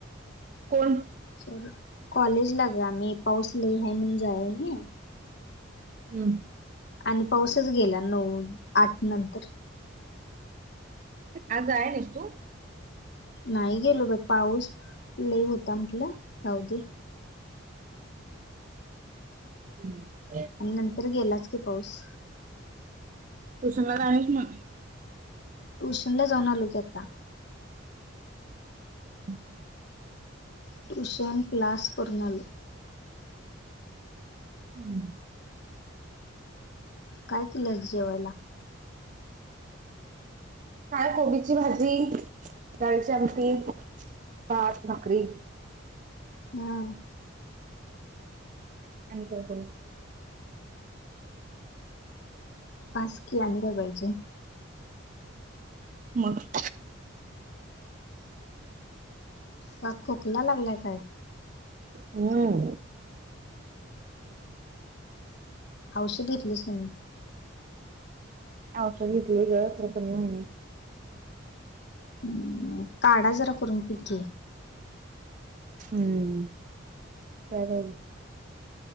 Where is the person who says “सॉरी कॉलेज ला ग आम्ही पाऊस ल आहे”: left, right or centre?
Left